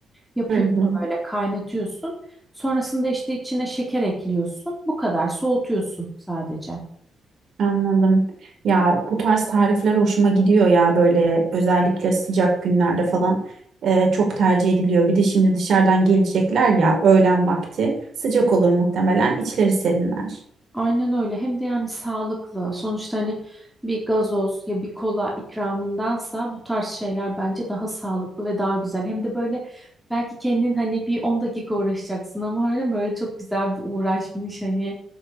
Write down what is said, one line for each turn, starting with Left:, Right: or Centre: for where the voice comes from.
Centre: Yapıyorsun
Right: Hı hı.
Centre: böyle kaynatıyorsun. Sonrasında işte içine şeker ekliyorsun. Bu kadar soğutuyorsun sadece.
Right: Anladım. Ya bu tarz tarifler hoşuma gidiyor ya böyle özellikle sıcak günlerde falan e, çok tercih ediliyor. Bir de şimdi dışarıdan gelecekler ya öğlen vakti sıcak olur muhtemelen içleri serinler.
Centre: Aynen öyle. Hem de yani sağlıklı. Sonuçta hani bir gazoz ya bir kola ikramındansa bu tarz şeyler bence daha sağlıklı ve daha güzel. Hem de böyle belki kendin hani bir 10 dakika uğraşacaksın ama öyle böyle çok güzel bir uğraşmış hani